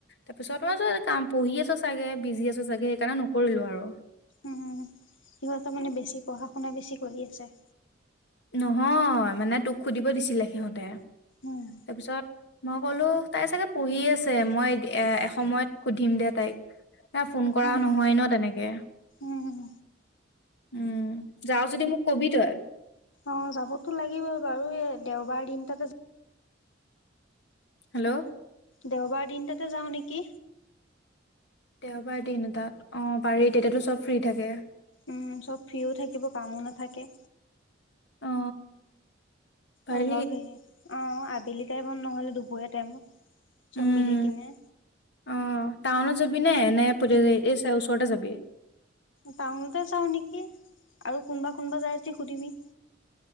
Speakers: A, on the left; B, on the left.
A: তাৰপিছত তই কাম পঢ়ি আছো চাগে, বিজি আছ চাগে সেইকাৰণে নকৰিলো আৰু।
B: উম সিহঁতৰ মানে বেছি পঢ়া বেছি কৰি আছে।
A: নহয়। মানে তোক সুধিব দিছিলে সিহঁতে,
B: উম
A: তাৰপিছত মই কলো তাই চাগে পঢ়ি আছে মই এ এসময়ত সুধিম দে তাইক। তাই ফোন কৰাও
B: উম
A: নহয় ন তেনেকে?
B: উম
A: উম, যাও যদি মোক কবি তই।
B: অ যাবতো লাগিবই বাৰু এই দেওবাৰ দিন তাতে
A: হেল্ল'?
B: দেওবাৰ দিনতাতে যাওঁ নেকি?
A: দেওবাৰ দিনতাত অ পাৰি তেতিয়াতো চব ফ্ৰী থাকে।
B: উম চব ফ্ৰ্ৰীও থাকিব কামো নাথাকে।
A: অ পাৰি
B: উলাবি, অহ। আবেলি টাইমত নহলে দুপৰীয়া টাইমত। চব
A: উম
B: মিলিকেনে।
A: অ টাউনত যাবি নে নে পা য এই ওচৰতে যাবি।
B: টাউনতে যাওঁ নেকি আৰু কোনোবা কোনোবা যায় যদি সুধিবি?